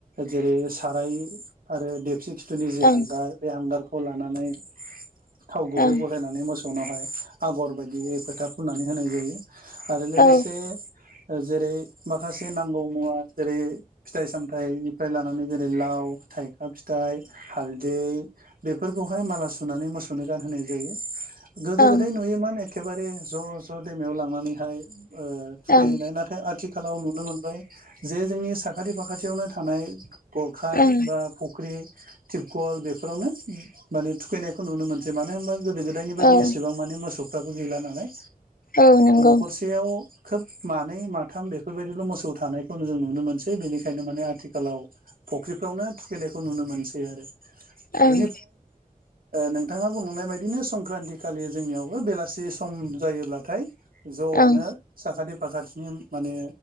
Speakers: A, on the right; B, on the left.
A: जेरै साराय आरो दो खि खिथुनि जे
B: ओं
A: हांगार बे हांगारखौ लानानै थाव गुबै
B: ओं
A: गलायनानै मसौ नावहाय आगर बायदिय फोथा फुननानै होनाय जायो आरो लोगोसे
B: ओं औ
A: जेरै माखासे नांगौ मुवा जेरै फिथाइ सामथायाइनिफ्राय लानानै जेरै लाव फिथाइ ओ फिथाइ हालदै बेफोर खौहाय माला सुनानै मोसौनो गानहोनाय जायो गोदो
B: ओं
A: गोदाय नुयोमोन एखेबारे ज' ज' दैमायाव लांनानैहाय ओ थुखै
B: ओं
A: हैनाय नाथाय आथिखाल खालाव नुनो मोनबाय जे जोंनि साखाथि फाखाथियावनो थानाय गरखाय
B: ओं ओं
A: बा फुख्रि टिपकल बेफोरावनो माने थुखैनायखौ नुनो मोनसै मानो होनबा गोदो गोदायनि बायदि
B: औ
A: एसेबां माने मोसौ फ्राबो गैला नालाय
B: औ नंगौ ।
A: गरसेयाव खोब मानै माथाम बेफोर बायदिल' मोसौ थानायखौ जों नुनो मोनसै बेनिखायनो बेफ्रावनो थुखैनायखौ नुनो मोनसै आरो
B: ओं
A: ओ नोंथाङा बुंनाय बायदिनो संक्रान्ति खालि जोंनियावबो बेलासि सम जायोब्लाथाय ज'नो
B: ओं
A: साखाथि फाखाथिनि माने